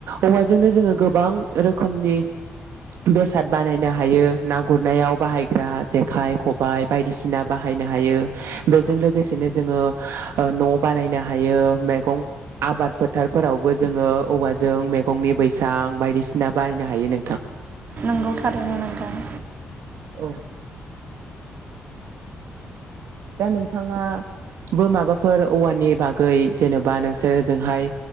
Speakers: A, on the right (about 75°); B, on the right (about 45°).
A: औवाजोंनो जोङो गोबां रोखोमनि बेसाद बानायनो हायो ना गुरनायाव बाहायग्रा जेखाइ खबाइ बायदिसिना बाहायनो हायो । बेजों लोगोसेनो जोङो न' बानायनो हायो मैगं आबाद फोथारफोरावबो जोङो औवाजों मैगंनि बैसां बायदिसिना बाहायनो हायो नोंथां।
B: नंगौ थारैनो नोंथां।
A: औ दा नोंथाङाबो माबाफोर औवानि बागै जेनेबा नोंसोर ओजोंहाय